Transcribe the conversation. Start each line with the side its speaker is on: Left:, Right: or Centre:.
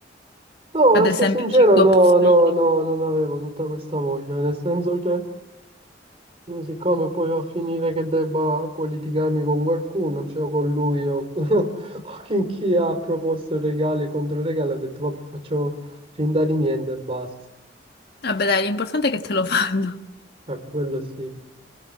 Right: No,
Left: Ad
Right: essere
Left: esempio,
Right: sincero,
Left: 5
Right: no,
Left: opzioni.
Right: no, no, non avevo tutta questa voglia, nel senso che... Io siccome poi va a finire che debba poi litigarmi con qualcuno, cioè o con lui o, <laughs> o con chi ha proposto regali contro regali, ho detto vabbè faccio finta di niente e basta.
Left: Vabbè, dai, l'importante è che te lo <laughs> fanno.
Right: Vabbè, quello sì,